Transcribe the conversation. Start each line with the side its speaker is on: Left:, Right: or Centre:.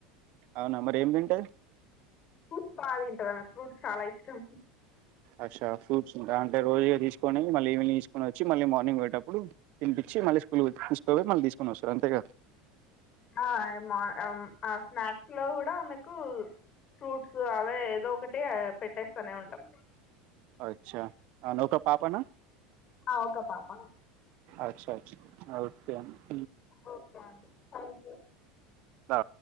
Right: అవునా మరి ఏం తింటది
Left: ఫ్రూట్స్ బాగా తింటాది ఫ్రూట్ చాలా ఇష్టం
Right: అచ్చా ఫ్రూట్స్ ఉంటా అంటే రోజు తీసుకని మళ్ళీ ఈవినింగ్ తీసుకొనిచ్చి మళ్ళీ మార్నింగ్ పోయేటప్పుడు తినిపిచ్చి మళ్ళీ స్కూల్కి తీసుక పోయి మళ్ళీ తీసుకని వస్తారు అంతేగదా
Left: ఆ మా ఆ స్నాక్స్ లో కూడా మీకు ఫ్రూట్స్ అవే ఏదో ఒకటె పెట్టేస్తాను ఉంటాం
Right: అచ్చా అవును ఒక పాపనా
Left: ఆ ఒక పాప
Right: అచ్చా అచ్చా <inaudible>
Left: ఓకే అండి థ్యాంక్యు
Right: ఆ